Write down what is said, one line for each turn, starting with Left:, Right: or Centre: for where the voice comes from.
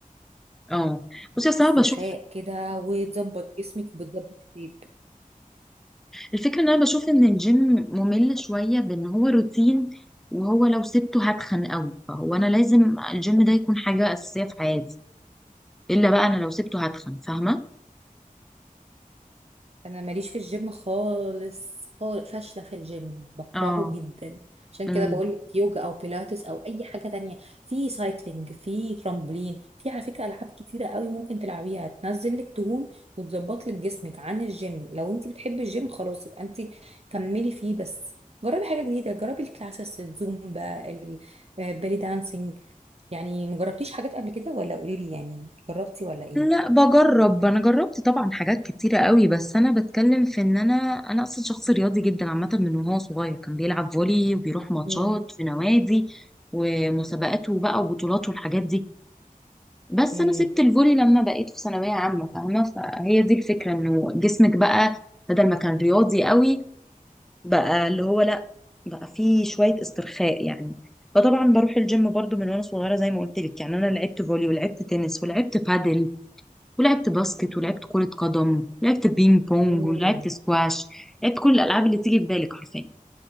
Centre: اه بصي اصل
Right: استرخاء
Centre: انا بشوف
Right: كده وتظبط جسمك وبتظبط شيب
Centre: الفكرة ان انا بشوف ان الجيم ممل شوية بان هو روتين وهو لو سبته هتخن قوي فهو انا لازم الجيم ده يكون حاجة اساسية في حياتي الا بقى انا لو سبته هتخن فاهمة
Right: انا ماليش في الجيم خالص خالص فاشله في الجيم بكرهه
Centre: اه
Right: جدا عشان كده
Centre: امم
Right: بقول لك يوجا او بيلاتس او اي حاجه تانية في سايكلينج في ترامبولين في على فكره العاب كتيره قوي ممكن تلعبيها تنزل لك دهون وتظبط لك جسمك عن الجيم لو انت بتحبي الجيم خلاص يبقى انت كملي فيه بس جربي حاجه جديده جربي الكلاسس الزومبا البالي دانسينج يعني مجربتيش حاجات قبل كده ولا قولي لي يعني جربتي ولا ايه
Centre: لا بجرب انا جربت طبعا حاجات كتيرة قوي بس انا بتكلم في ان انا انا اصلا شخص رياضي جدا عامة من وهو صغير كان بيلعب فولي وبيروح ماتشات
Right: امم
Centre: في نوادي ومسابقاته بقى وبطولاته والحاجات دي بس
Right: امم
Centre: انا سبت الفولي لما بقيت في ثانويه عامه فاهمه فهي دي الفكره انه جسمك بقى بدل ما كان رياضي قوي بقى اللي هو لا بقى فيه شويه استرخاء يعني فطبعا بروح الجيم برضو من وانا صغيره زي ما قلت لك يعني انا لعبت فولي ولعبت تنس ولعبت بادل ولعبت باسكت ولعبت كره قدم ولعبت بينج بونج
Right: امم
Centre: ولعبت سكواش لعبت كل الالعاب اللي تيجي في بالك حرفيا